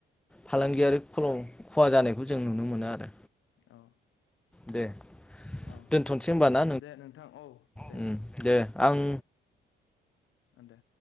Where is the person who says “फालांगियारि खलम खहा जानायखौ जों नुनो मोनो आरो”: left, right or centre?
Centre